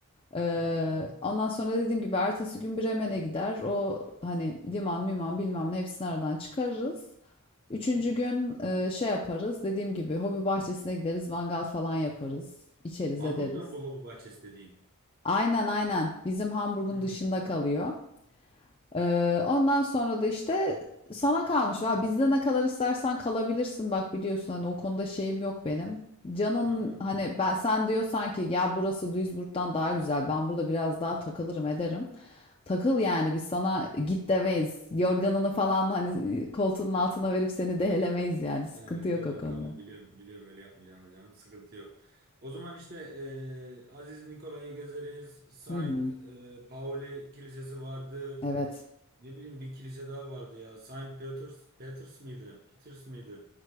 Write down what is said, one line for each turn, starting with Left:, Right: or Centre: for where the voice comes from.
Left: Ee,
Right: Tamam.
Left: ondan sonra dediğim gibi ertesi gün Bremen'e gider. O hani liman, miman bilmem ne hepsini aradan çıkarırız. Üçüncü gün e, şey yaparız. Dediğim gibi hobi bahçesine gideriz. Mangal falan yaparız. içeriz
Right: Hamburg'dan
Left: ederiz.
Right: bu hobi bahçesi dediğin.
Left: Aynen aynen. Bizim Hamburg'un
Right: Hmm,
Left: dışında kalıyor. Ee, ondan sonra da işte sana kalmış. Va bizde ne kadar istersen kalabilirsin. Bak biliyorsun hani o konuda şeyim yok benim. Canın
Right: Tamam.
Left: hani
Right: Teşekkür ederim.
Left: ben sen diyor sanki ya burası Duisburg'dan daha güzel. Ben burada biraz daha takılırım ederim. Takıl yani biz sana git demeyiz. Yorganını falan hani koltuğunun altına verip seni dehelemeyiz yani. Sıkıntı
Right: Ha, yo
Left: yok o konuda.
Right: tamam biliyorum biliyorum öyle yapmayacağını canım sıkıntı yok. O zaman işte e, Aziz Nikola'yı gezeriz. Saint
Left: Hı hı.
Right: e, Pauli Kilisesi vardı.
Left: Evet.
Right: Ne bileyim bir kilise daha vardı ya. Saint Peters Peters miydi? Peters miydi?